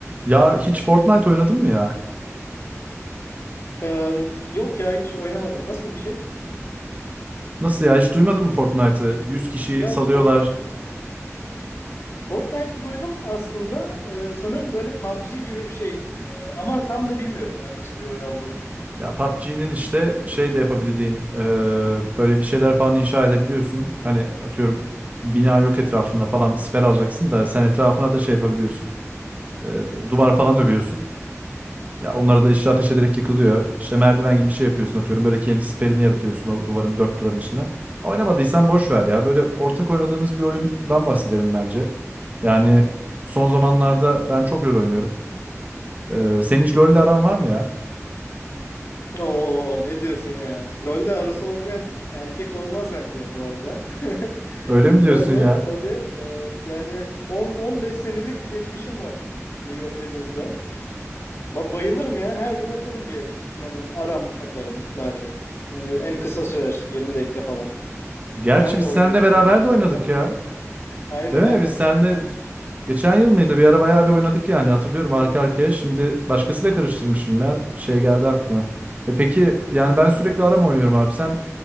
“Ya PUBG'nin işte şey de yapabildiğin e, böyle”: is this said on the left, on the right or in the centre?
Right